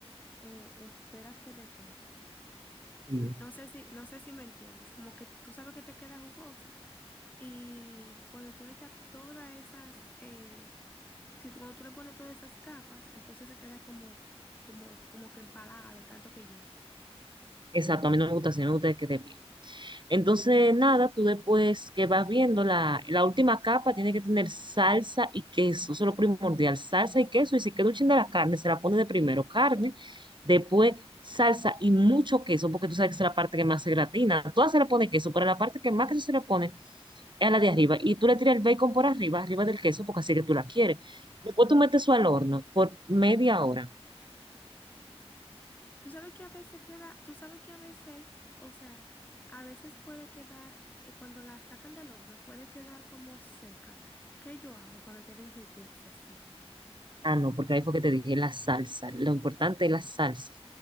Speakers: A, on the left (about 15°); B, on the right (about 45°).
A: eh, esperas que te quede.
B: Sí.
A: No sé si, no sé si me entiendes, como que tú sabes que te queda jugosa y cuando tú le echas todas esas, eh, si tú- cuando tú le pones todas esas capas, entonces se queda como, como, como que empalaga de tanto que llena.
B: Exacto, a mí no me gusta así, a mí me gusta que quede bien. Entonces, nada, tú después que vas viendo, la, la última capa tiene que tener salsa y queso, eso es lo primordial, salsa y queso, y si queda un chin de la carne, se la pone de primero carne, después salsa y mucho queso, porque tú sabes que esa es la parte que más se gratina, a todas se le pone queso, pero la parte que más queso se le pone es a la de arriba, y tú le tiras el bacon por arriba, arriba del queso, porque así que tú la quieres. Después tú metes eso al horno por media hora.
A: Tú sabes que a veces queda, tú sabes que a veces, o sea, a veces puede quedar, eh, cuando la sacan del horno, puede quedar como seca. ¿Qué yo hago para que queden jugosas así?
B: Ah, no, porque ahí fue que te dije la salsa. Lo importante es la salsa.